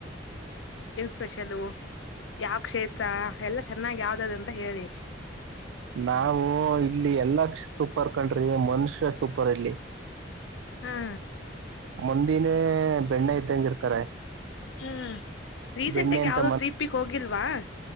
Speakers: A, on the left; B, on the right.
A: ಸ್ಪೆಷಲ ಯಾವ ಕ್ಷೇತ್ರ ಎಲ್ಲ ಚೆನ್ನಾಗ ಯಾವ್ದದ ಅಂತ ಹೇಳಿ
B: ನಾವು ಇಲ್ಲಿ ಎಲ್ಲ ಕಷ ಸ ಸೂಪರ್ ಕಂಡ್ರಿ ಮನುಷ್ಯ ಸೂಪರ್ ಇಲ್ಲಿ
A: ಹಾ್
B: ಮುಂದಿನೇ ಬೆಣ್ಣೆ ಇದ್ದಂಗ ಇರ್ತಾರೆ
A: ಹ್ಮ್ ರೀಸೆಂಟಗ
B: ಬೆಣ್ಣೆ ಅಂತ
A: ಯಾವ್ದ ಟ್ರಿಪಿಗೆ ಹೋಗಿಲ್ವಾ